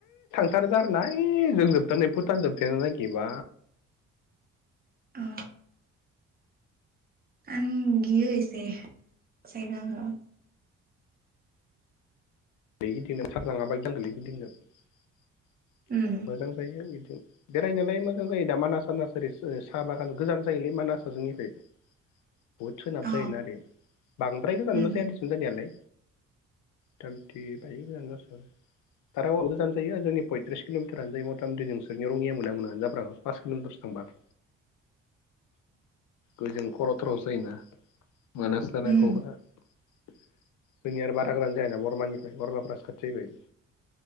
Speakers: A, on the left; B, on the right.
A: थांथारदो आरोना ओयजों भुटान जोबथारनाय लागि बा।
B: अ आं गियो एसे जायगाखो।
A: <unintelligible>
B: उम
A: मोजां जायो बिदि बेरायनोलाय मोजां जायो दा मानास सानास ओरै साहा बागान गोजान जायोलै मानासाजोंनिफ्राय। बुहुद सोनाब
B: औ
A: जायोना ओरै बांद्राय गोजानबो
B: उम
A: जाया देसुन जानायालाय। <unintelligible> इथि बाहाय गोजान जासाबो दारागावा गोजान जायो जोंनि पयथ्रिस किल'मिटारानो जायो मथा मथि नोंसोरनि रङिया मोनहां मोनहांआमोन जाफ्रामो पास किल'मिटारसो थांबानो ओजों खर' थारावसो जायोना। मानास जानाय
B: उम
A: <unintelligible> जोंनिया आरो बारा गोजान जाया ना बरमानि बरमाफोरासो खाथि जाहैबाय।